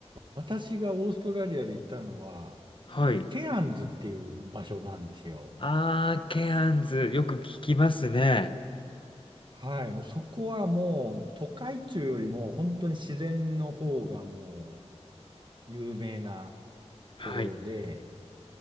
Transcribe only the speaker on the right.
私がオーストラリアで行ったのは、
ケアンズっていう場所なんですよ。
はい。もうそこはもう、都会中よりも本当に自然の方がもう有名な
ところで、